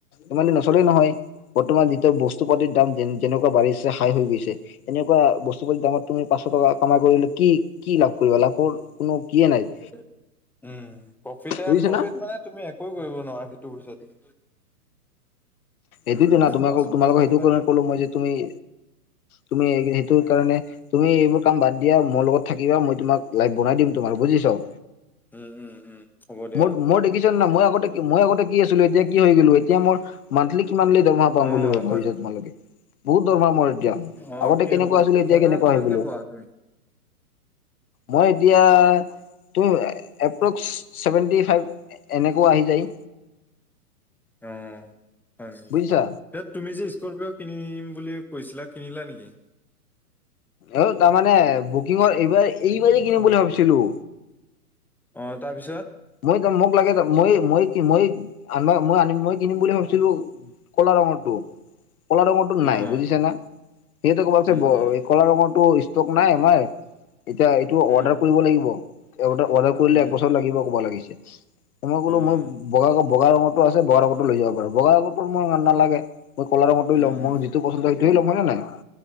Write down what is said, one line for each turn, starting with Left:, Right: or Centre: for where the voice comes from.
Left: ইমান
Centre: উম,
Left: দি নচলে নহয়। বৰ্তমান যিটো বস্তু পাতিৰ দাম যেন যেনেকৈ বাঢ়িছে হাই হৈ গৈছে। তেনেকুৱা বস্তু-পাতিৰ দামত তুমি পাচঁশ টকা কামাই কৰিলে কি, কি লাভ কৰিবা? লাভৰ কোনো কিয়ে নাই?
Centre: উম, প্ৰফিতে
Left: বুজিছা
Centre: প্ৰফিট
Left: না
Centre: মানে তুমি একো কৰিব নোৱাৰা, সেইটো পইছা দি।
Left: এইটো <unintelligible> তোমালোকক
Centre: পাঁচ
Left: তোমালোকৰ
Centre: পাঁচশ
Left: সেইটো
Centre: টকা
Left: কাৰণত
Centre: দি
Left: ক'লো মই যে তুমি তুমি এই সেইটো কাৰণে তুমি এইবোৰ কাম বাদ দিয়া, মোৰ লগত থাকিবা, মই তোমাক লাইফ বনাই দিম তোমাৰ, বুজিছ?
Centre: উম, উম, উম। হ'ব দিয়া।
Left: মোৰ মই দেখিছ নাই? মই আগতে, মই আগতে কি আছিলোঁ, এতিয়া কি হৈ গ'লো। এতিয়া মোৰ মাণ্ঠলি কিমানলৈ দৰমহা পাম
Centre: অ',
Left: বুলি ভাবিছা
Centre: বাট
Left: তোমালোকে? বহুত দৰমহা মোৰ এতিয়া।
Centre: অ',
Left: আগতে
Centre: কি
Left: কেনেকুৱা আছিলোঁ, এতিয়া
Centre: বৰ্তমান
Left: কেনেকুৱা
Centre: কিমানকে
Left: হৈ গ'লো!
Centre: পোৱা তুমি?
Left: মই এতিয়া, তোৰ এপ্ৰক্স ছেভেণ্টি ফাইভ, এনেকুৱা আহি যায়।
Centre: অ', হয়।
Left: বুজিছা
Centre: এ তুমি যে স্কপিঅ' কিনিম বুলি কৈছিলা, কিনিলা নেকি?
Left: অ, তাৰমানে বুকিঙৰ এইবাৰ, এইবাৰেই কিনিম বুলি ভাবিছিলোঁ।
Centre: অ', তাৰপিছত?
Left: মই ত' মোক লাগে, মই, মই, মই আনিবা, মই আনিম, মই কিনিম বুলি ভাবিছিলোঁ। কলা ৰঙৰটো, কলা ৰঙৰটো নাই,
Centre: অ',
Left: বুজিছে না? সিহঁতে কলে যে
Centre: উম, উম,
Left: কলা ৰঙৰটো স্তক নাই আমাৰ, এতিয়া এইটো
Centre: উম,
Left: অৰ্দাৰ‌ কৰিব লাগিব, এই অৰ্ডাৰ, অৰ্ডাৰ কৰিলে
Centre: উম,
Left: একবছৰ লাগিব ক'ব লাগিছে, মই কলো
Centre: অ',
Left: মই বগা, বগা ৰঙৰতো আছে, বগা ৰঙৰ টো লৈ যাব পাৰে, বগা ৰঙৰটো মোৰ ইমান নালাগে। মই কলা ৰঙটোৱেই
Centre: উম,
Left: ল'ম, মই
Centre: উম।
Left: যিটো পচন্দ হয় সেইয়েই ল'ম, হয়নে নাই?